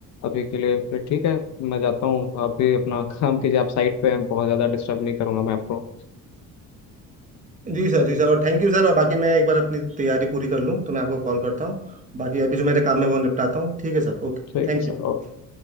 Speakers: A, on the left; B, on the right.
A: अभी के लिए फिर ठीक है मैं जाता हूँ आप भी अपना <laughs> काम कीजिए आप साइट पे हैं बहुत ज़्यादा डिस्टर्ब नहीं करूँगा मैं आपको
B: जी सर जी सर और थैंक यू सर और बाकी मैं एक बार अपनी तैयारी पूरी कर लूँ तो मैं आपको कॉल करता हूँ बाकी अभी जो मेरे काम में वो निपटाता हूँ ठीक है सर ओके
A: ठीक
B: Thank
A: है सर
B: you
A: ओके